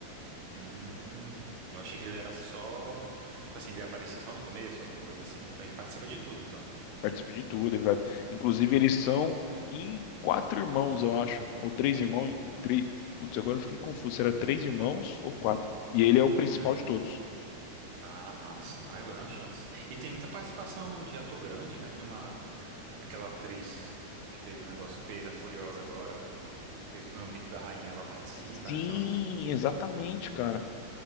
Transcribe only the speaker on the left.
Participa de tudo, ele vai. Inclusive, eles são em quatro irmãos, eu acho. Ou três irmãos. Em três... Putz, agora eu fiquei confuso. Será três irmãos ou quatro? E ele é o principal
de todos.
Sim,
exatamente, cara.